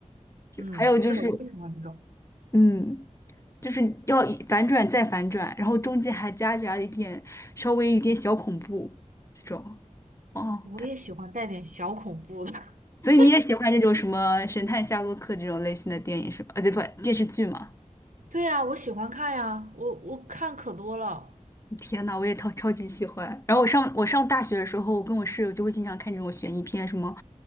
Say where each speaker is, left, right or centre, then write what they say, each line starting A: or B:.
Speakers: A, on the left (about 25°); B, on the right (about 85°).
A: 就还有就是，
B: 嗯，是的，我也喜欢这种，
A: 嗯，就是要以反转再反转，然后中间还夹杂一点稍微有点小恐怖这种。哦。
B: 我也喜欢带点小恐怖的。<laughs>
A: 所以你也喜欢这种什么神探夏洛克这种类型的电影是吧？啊，对不，电视剧嘛。
B: 对呀，我喜欢看呀，我我看可多了。
A: 天呐，我也超超级喜欢。然后我上我上大学的时候，我跟我室友就会经常看这种悬疑片，什么，